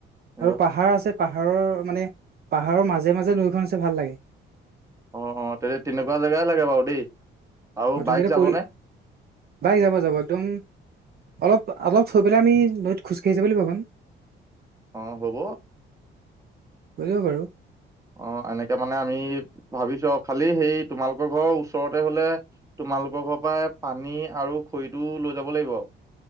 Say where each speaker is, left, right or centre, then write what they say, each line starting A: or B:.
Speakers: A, on the right; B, on the right.
A: এনেকুৱা।
B: আৰু পাহাৰ আছে পাহাৰৰ মানে পাহাৰৰ মাজে মাজে নৈখন আছে ভাল লাগে।
A: অ', অ', তেতিয়া তেনেকুৱা জেগাই লাগে বাৰু দেই। আৰু
B: অ', তুমি
A: বাইক
B: এতিয়া
A: যাবনে
B: পৰি বাইক যাব যাব একদম অলপ অলপ থৈ পেলাই আমি নৈত খোজকাঢ়িছা বুলি ভাব
A: অ', হ'ব।
B: বুজিব <unintelligible> বাৰু
A: অ', এনেকে মানে আমি ভাবিছো আৰু, খালি হেই তোমালোকৰ ঘৰৰ ওচৰতে হ'লে তোমালোকৰ ঘৰৰ পৰা পানী আৰু খৰিটো লৈ যাব লাগিব।